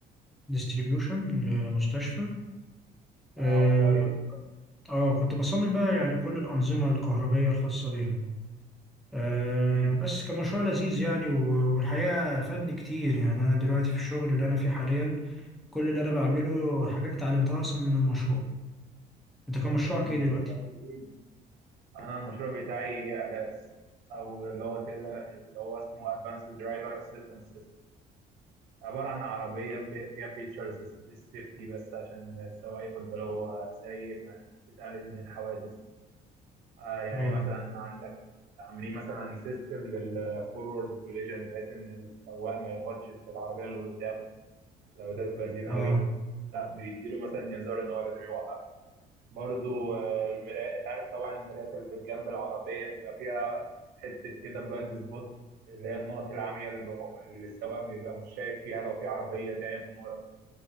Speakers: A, in the centre; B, on the right.
A: ديستريبيوشن لمستشفى اه
B: اه كويس
A: آه، كنت بصمم بقى يعني كل الأنظمة الكهربية الخاصة بيها أه
B: امم
A: بس كان مشروع لذيذ يعني و- والحقيقة فادني كتير يعني أنا دلوقتي في الشغل اللي أنا فيه حاليا كل اللي أنا بعمله حاجات اتعلمتها أصلا من المشروع أنت كان مشروعك
B: امم
A: إيه دلوقتي؟
B: طب لذيذ. انا المشروع بتاعي ألاس او اللي هو كده اللي هو اسمه Advanced Driver Assistance System عبارة عن عربية بي- فيها فيتشرز للسيفتي بس عشان السواق ياخد باله هو سايق تقلل من الحوادث آه يعني
A: اه
B: مثلا عندك عاملين مثلا سيستم للفورورد كوليجن بحيث ان السواق ما يخبطش في العربيه اللي قدامه لو داس بنزين
A: اه
B: قوي لا بيديله مثلا انذار ان هو لازم يوقف برضو آه، المرايات انت عارف طبعا المرايات اللي في جنب العربيه بيبقى فيها حته كده بلايند سبوت اللي هي النقط العمياء اللي, بهو- اللي السواق بيبقى مش شايف فيها لو في عربيه جايه من ورا